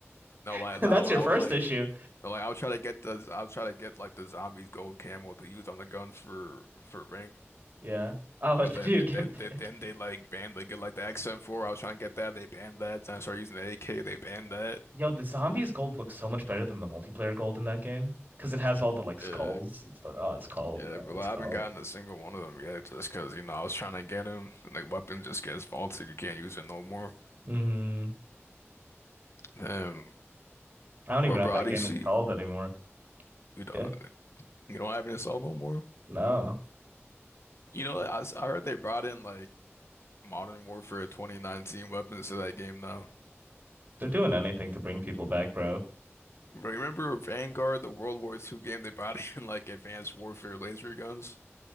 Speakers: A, on the left; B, on the right.
A: No,
B: <laughs>
A: like
B: That's
A: I, I
B: your first
A: would like.
B: issue.
A: No, like I'll try to get the I'll try to get like the zombies gold camel to use on the gun for for rank,
B: Yeah. Oh, <laughs> and
A: but
B: then
A: then
B: you'd get
A: then
B: bit.
A: then then they like banned they get like the XM4. I was trying to get that, they banned that. Then I started using the AK, they banned that.
B: Yo, the zombies gold looks so much better than the multiplayer gold in that game because it has all the like skulls.
A: Yeah,
B: It's like, oh, it's called,
A: yeah,
B: bro.
A: but
B: It's
A: like I
B: called.
A: haven't gotten a single one of them yet, just because you know I was trying to get them. And, like weapon just gets faulted, you can't use it no more.
B: Mm-hmm.
A: Um,
B: I don't even
A: but
B: have
A: bro,
B: that
A: how
B: game
A: do see
B: installed anymore.
A: you don't
B: Yeah.
A: you don't have an assault no more.
B: No,
A: You know, I, s- I heard they brought in like Modern Warfare 2019 weapons to that game now.
B: they're doing anything to bring people back, bro.
A: Remember Vanguard, the World War II game they brought <laughs> in like advanced warfare laser guns?